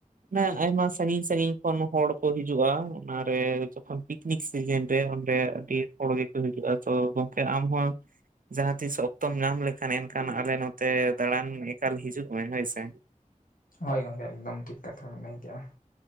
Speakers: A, on the right; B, on the left.
A: ᱢᱟᱱᱮ ᱟᱭᱢᱟ ᱥᱟᱺᱜᱤᱧ ᱥᱟᱺᱜᱤᱧ ᱠᱷᱚᱱ ᱦᱚᱲ ᱠᱚ ᱦᱤᱡᱩᱜ-ᱟ ᱚᱱᱟ ᱨᱮ ᱡᱚᱠᱷᱚᱱ ᱞᱤᱠᱼᱼ ᱱᱤᱠ ᱥᱤᱡᱮᱱ ᱨᱮ ᱚᱱᱰᱮ ᱟᱹᱰᱤ ᱦᱚᱲ ᱜᱮᱠᱚ ᱦᱤᱡᱩᱜ-ᱟ ᱪᱚ ᱜᱟᱝᱠᱮ ᱟᱢ ᱦᱚᱸᱼᱼ ᱡᱟᱦᱟᱸ ᱛᱤᱥ ᱚᱠᱛᱚᱢ ᱧᱟᱢ ᱞᱮᱠᱷᱟᱱ ᱮᱱᱠᱷᱟᱱ ᱟᱞᱮ ᱱᱚᱛᱮ ᱫᱟᱬᱟᱱ ᱮᱠᱟᱞ ᱦᱤᱡᱩᱜ ᱢᱮ ᱦᱳᱭ ᱥᱮ᱾
B: ᱦᱚᱭ ᱜᱚᱝᱠᱮ ᱮᱠᱫᱚᱢ ᱴᱷᱤᱠ ᱠᱟᱛᱷᱟᱢ ᱞᱟᱹᱭ ᱠᱮᱜ-ᱟ᱾